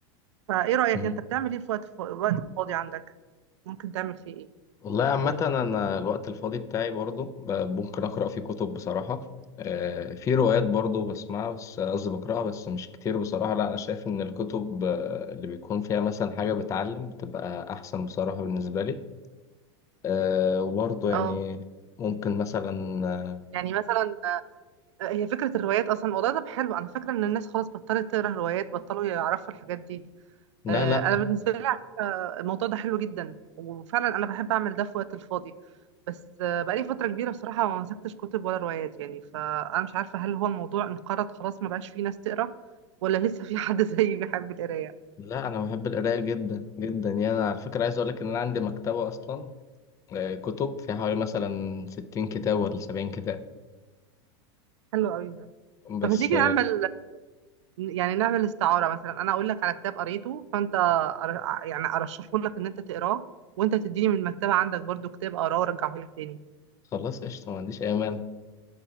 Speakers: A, on the right; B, on the left.
A: فايه رايك
B: مم.
A: انت بتعمل ايه في وقت في وقت فاضي عندك ممكن تعمل فيه ايه
B: والله عامة أنا الوقت الفاضي بتاعي برضو ب- ممكن أقرأ فيه كتب بصراحة آه، في روايات برضو بسمعها بس قصدي بقرأها بس مش كتير بصراحة لا أنا شايف إن الكتب آه، اللي بيكون فيها مثلا حاجة بتعلم بتبقى أحسن بصراحة بالنسبة لي آه، وبرضو يعني
A: اه
B: ممكن مثلا آه،
A: يعني مثلا هي فكرة الروايات أصلا الموضوع ده حلو أنا فاكرة إن الناس خلاص بطلت تقرا روايات بطلوا يعرفوا الحاجات دي
B: لا
A: آه،
B: لا
A: أنا بالنسبة لي على فكرة الموضوع ده حلو جدا وفعلا أنا بحب أعمل ده في وقت الفاضي بس آه، بقالي فترة كبيرة بصراحة ما مسكتش كتب ولا روايات يعني فأنا مش عارفة هل هو الموضوع انقرض خلاص ما بقاش فيه ناس تقرا ولا لسه في حد <laughs> زيي بيحب القراية
B: لا أنا بحب القراية جدا جدا يعني أنا على فكرة عايز أقول لك إن أنا عندي مكتبة أصلا آه، كتب فيها حوالي مثلا ستين كتاب ولا سبعين كتاب
A: حلو قوي ده
B: بس
A: طب ما تيجي نعمل يعني نعمل استعارة مثلا أنا أقول لك على كتاب قريته فأنت أر- يعني أرشحه لك إن أنت تقراه وأنت تديني من المكتبة عندك برضو كتاب أقراه وأرجعه لك تاني
B: خلاص قشطة ما عنديش أي مانع